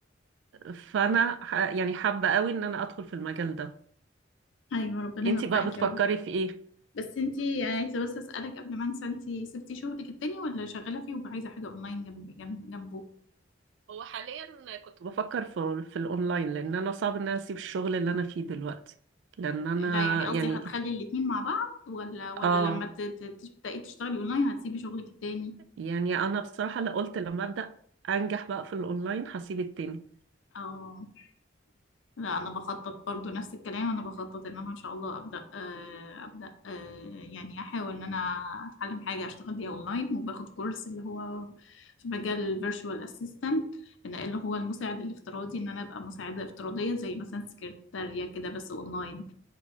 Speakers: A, on the right (about 70°); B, on the left (about 85°).
A: فانا ح- يعني حابة قوي ان انا ادخل في المجال ده
B: ايوه ربنا
A: انتي
B: يوفقك
A: بقى بتفكري
B: يا رب
A: في ايه
B: بس انتي يعني عايزه بس اسالك قبل ما انسى انتي سبتي شغلك التاني ولا شغاله فيه وعايزه حاجه اونلاين جنب جنب جنبه
A: هو حاليا كنت بفكر في في الاونلاين لان انا صعب ان انا اسيب الشغل اللي انا فيه دلوقتي لان انا
B: لا يعني قصدي
A: يعني
B: هتخلي الاتنين مع بعض ولا ولا
A: اه
B: لما ت- ت- تبداي تشتغلي اونلاين هتسيبي شغلك التاني
A: يعني انا بصراحة لا قلت لما ابدا انجح بقى في الاونلاين هسيب التاني
B: اه لا انا بخطط برضو نفس الكلام انا بخطط ان انا ان شاء الله ابدا آه، ابدا آه، يعني احاول ان انا اتعلم حاجه اشتغل بيها اونلاين وباخد كورس اللي هو في مجال الفيرتشوال اسيستنت اللي هو المساعد الافتراضي ان انا ابقى مساعده افتراضيه زي مثلا سكرتاريه كده بس اونلاين